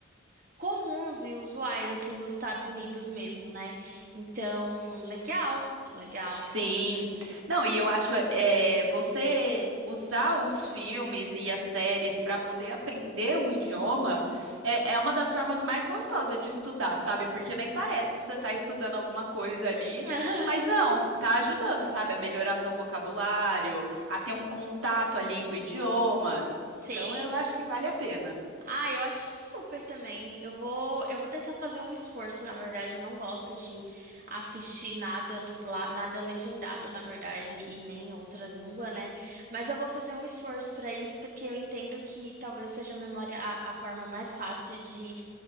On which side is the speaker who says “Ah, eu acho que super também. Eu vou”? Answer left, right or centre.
Right